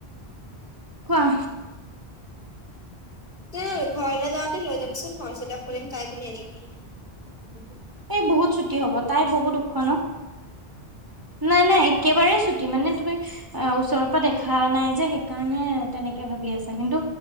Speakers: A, on the right (about 20°); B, on the left (about 55°).
A: কোৱা।
B: এই ঘৰলৈ যাওঁতে লৈ যাবিচোন! হৰ্ষিতাক <unintelligible> তাই <unintelligible> আনিবি।
A: এই বহুত ছুটি হ'ব! তাই বহুত ওখ ন'। নাই, নাই, একেবাৰে ছুটি মানে তুমি আহ! ওচৰৰ পৰা দেখা নাই যে সেইকাৰণে তেনেকে ভাবি আছা কিন্তু